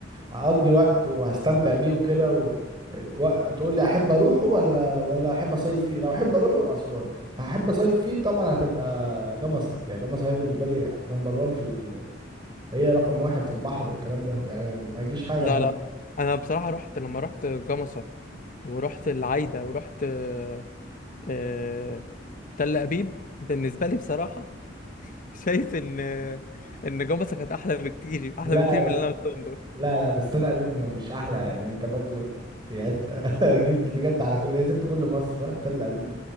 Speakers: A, on the right; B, on the left.
A: هقضي وقت وهستمتع بيه وكده و... و... تقول لي احب اروحه ولا ولا احب اصيف فيه لو احب اروحه اسوان هحب اصيف فيه طبعا هتبقى جمصة يعني جمصة هي بالنسبة لي نمبر وان في ال... هي رقم واحد في البحر والكلام ده يعني ما يجيش حاجة
B: لا
A: جنبها
B: لا انا بصراحه رحت لما رحت جمصه ورحت العايده ورحت آه، آه، تل ابيب بالنسبه لي بصراحه <laughs> شايف ان ان جمصه كانت احلى بكتير احلى
A: لا
B: بكتير
A: لا
B: من اللي انا قلتهم دول
A: لا لا بس انا ابيب م- مش احلى يعني انت برضو يعني انت <laughs> جيت بجد على كل سبت كل مصر رحت تل ابيب